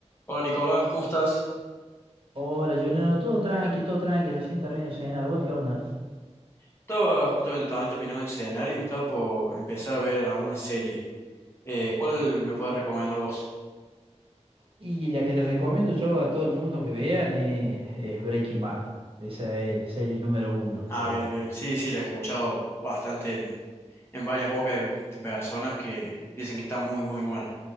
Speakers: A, on the left (about 20°); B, on the right (about 50°).
A: Hola Nicolás, ¿cómo estás?
B: Hola, Juliano, todo tranqui, todo tranqui, recién termino de cenar, ¿vos qué onda?
A: Estaba justamente también terminando de cenar y me estaba por empezar a ver alguna serie. Eh, ¿cuál me puedes recomendar vos?
B: Y la que les recomiendo yo a todo el mundo que vean es, es Breaking Bad. Esa es serie número uno, en
A: Ah,
B: todos
A: bien,
B: lados.
A: bien. Sí, sí, la he escuchado bastante en, en varias bocas de, de personas que dicen que está muy, muy buena.